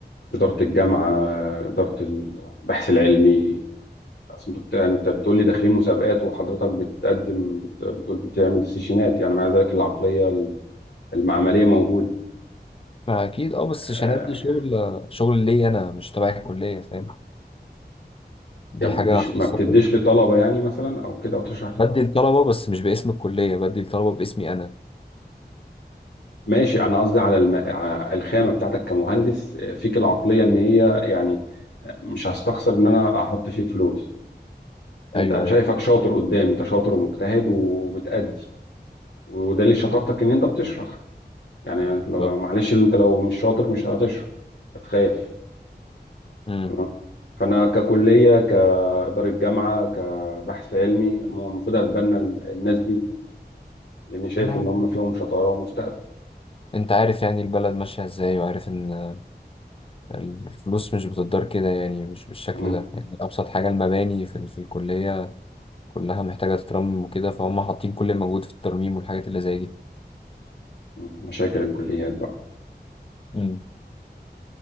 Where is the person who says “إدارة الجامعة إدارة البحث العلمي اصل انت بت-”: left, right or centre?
Left